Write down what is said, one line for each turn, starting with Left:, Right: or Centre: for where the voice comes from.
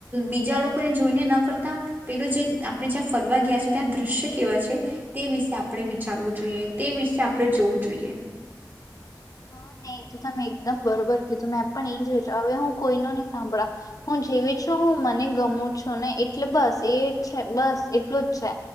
Right: બીજા લોકોને જોઈને ન કરતા પેલું જે આપણે જ્યાં ફરવા ગયા છે ત્યાં દ્રશ્ય કેવા છે તે વિશે આપણે વિચારવું જોઈએ તે વિશ આપણે જોવું જોઈએ.
Left: હા નહી તું તમ મે એકદમ બરોબર કીધું ને મે પણ એ જ હવે હું કોઈ નો નહી સાંભળા હું જેવી છું હું મને ગમું છું ને એટલે બસ એ છે બસ એટલું જ છે